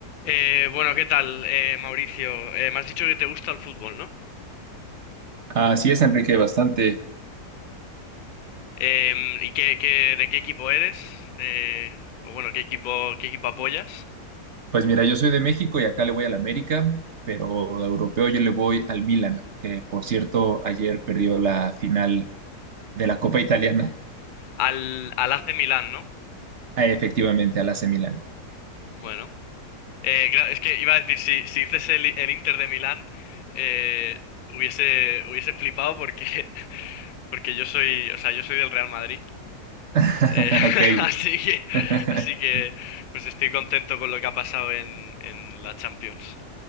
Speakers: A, on the left; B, on the right.
A: Eh, bueno, ¿qué tal, eh, Mauricio? Eh, me has dicho que te gusta el fútbol, ¿no?
B: Así es, Enrique, bastante.
A: Em, ¿y qué, qué- de qué equipo eres? Eh, o bueno, ¿qué equipo, qué equipo apoyas?
B: Pues mira, yo soy de México y acá le voy al América, pero de europeo yo le voy al Milan, que por cierto ayer perdió la final de la Copa Italiana,
A: Al, al AC Milán, ¿no?
B: Ah, efectivamente al AC Milan.
A: Bueno, eh, claro, es que iba a decir, si, si dices el, el Inter de Milán, eh, hubiese, hubiese flipado porque, <laughs> porque yo soy, o sea, yo soy del Real Madrid.
B: <laughs>
A: Eh, <laughs>
B: Ok,
A: así que,
B: <laughs>
A: así que, pues estoy contento con lo que ha pasado en, en la Champions,